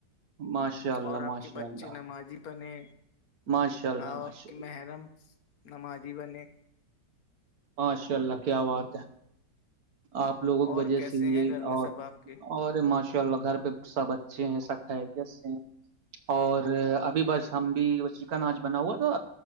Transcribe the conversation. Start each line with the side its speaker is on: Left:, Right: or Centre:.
Right: ماشاء اللہ
Left: اور آپ
Right: ماشاء
Left: کے بچے
Right: اللہ
Left: نمازی بنے
Right: ماشاء اللہ
Left: آپ
Right: ماشاء
Left: کی محرم نم آ جیبنے
Right: مشاء اللہ کیا بات ہے آپ لوگوں کی
Left: اور
Right: وجہ
Left: کیسے
Right: سے ہی
Left: ہیں گھر میں سب آپ کے
Right: اور ماشاء اللہ گھر پہ سب اچھے ہیں سب خیریت سے ہیں اور ابھی بس ہم بھی وہ چکن آج بنا ہوا تھا